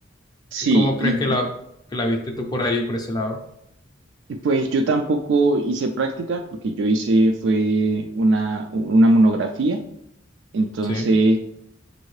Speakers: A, on the right (about 65°); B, on the left (about 20°).
A: Sí,
B: ¿Cómo crees
A: y,
B: que la, que la viste tú por ahí, por ese lado?
A: y, pues yo tampoco hice práctica, porque yo hice fue una, una monografía, entonces
B: Sí,